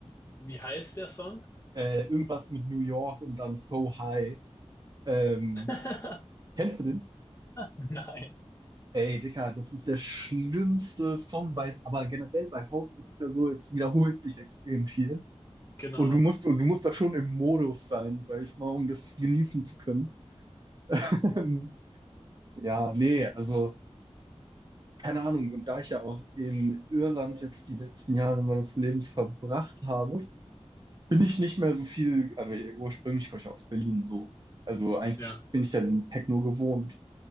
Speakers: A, on the left; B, on the right.
A: Wie heißt der Song?
B: äh, irgendwas mit New York und dann So High. Ähm,
A: <laughs>
B: kennst du den?
A: Nein,
B: Ey, Dicker, das ist der schlimmste Song, weil, aber generell bei House ist es ja so, es wiederholt sich extrem viel
A: genau.
B: und du musst und du musst da schon im Modus sein, sag ich mal, um das genießen zu können. <laughs> Ja, nee, also keine Ahnung, und da ich ja auch in Irland jetzt die letzten Jahre meines Lebens verbracht habe, bin ich nicht mehr so viel, also ursprünglich komme ich ja aus Berlin so. Also eigentlich
A: Ja.
B: bin ich ja den Techno gewohnt.